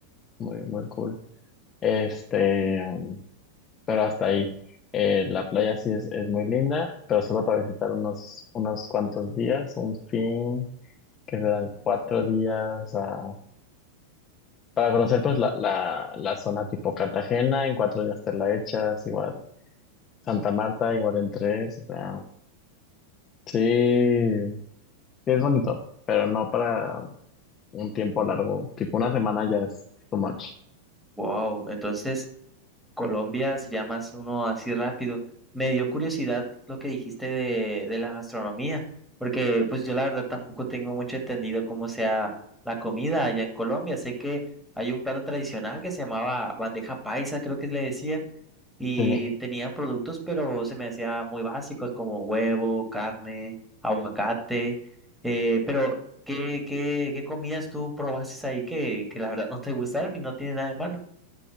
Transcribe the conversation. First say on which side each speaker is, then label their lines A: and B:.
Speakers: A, on the left (about 25°); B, in the centre.
A: muy, muy cool. Este, um, pero hasta ahí. Eh, la playa sí es, es muy linda, pero solo para visitar unos, unos cuantos días, un fin. que se dan cuatro días a- para conocer pues la, la, la zona tipo Cartagena, en cuatro días te la echas, igual Santa Marta, igual en tres, o sea, sí, sí es bonito, pero no para un tiempo largo, tipo una semana ya es too much.
B: Wow, entonces... Colombia, si llamas uno así rápido. Me dio curiosidad lo que dijiste de, de la gastronomía, porque pues yo la verdad tampoco tengo mucho entendido cómo sea la comida allá en Colombia. Sé que hay un plato tradicional que se llamaba bandeja paisa, creo que le decían, y
A: Sí,
B: tenían productos, pero se me hacía muy básicos como huevo, carne, aguacate, eh, pero ¿qué, qué, qué comidas tú probaste ahí que, que la verdad no te gustaron y no tiene nada de malo?